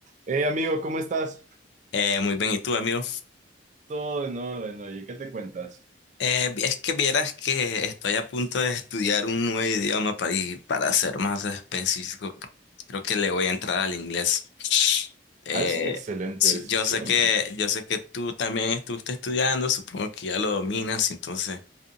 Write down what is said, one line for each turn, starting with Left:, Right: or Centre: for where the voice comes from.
Right: Hey amigo, ¿cómo estás?
Left: Eh, muy bien, ¿y tú, amigo?
Right: Todo en orden, oye, ¿qué te cuentas?
Left: Eh, es que vieras que estoy a punto de estudiar un nuevo idioma pa- y para ser más específico, creo que le voy a entrar al inglés. Eh,
Right: Ah, es una excelente
Left: sí,
Right: decisión.
Left: yo sé que, yo sé que tú también estuviste estudiando, supongo que ya lo dominas, entonces